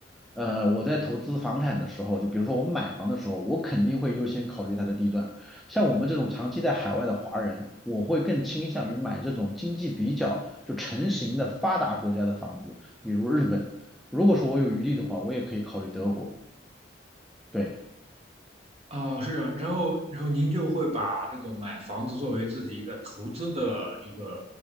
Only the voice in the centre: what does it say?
呃，我在投资房产的时候，就比如说我们买房的时候，我肯定会优先考虑它的地段。像我们这种长期在海外的华人，我会更倾向于买这种经济比较就成型的发达国家的房子，比如日本。如果说我有余力的话，我也可以考虑德国。对，